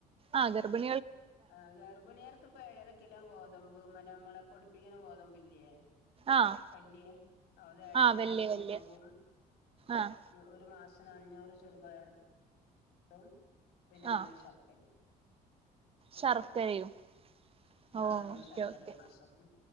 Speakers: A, on the right; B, on the left.
A: ആഹ ഗർഭി
B: ആഹ് ഗർഭിണിയർക്ക് പട ക്കില ഗോതമ്പ് മര നമ്മളെ പൊടിപ്പിക്കുന്ന ഗോതമ്പ് ഇല്ലേ
A: ആഹ്
B: പില്യേ അത് ഏഴര
A: ആഹ്
B: കിലോ
A: വല്യ
B: ഗോതമ്പും
A: വല്യ ആഹ്
B: ഒരു മാസത്തി അഞ്ഞൂറ് ചെറുപയർ പ്പം പിന്നെ അഞ്ഞൂറ്
A: ആഹ്
B: ശർക്കരയും കൊടുക്കും
A: ശർക്കരയും ഓ
B: ആ അഞ്ഞൂറു
A: ഓക്കെ
B: ശർക്കര
A: ഓക്കെ
B: ഒരു മാസം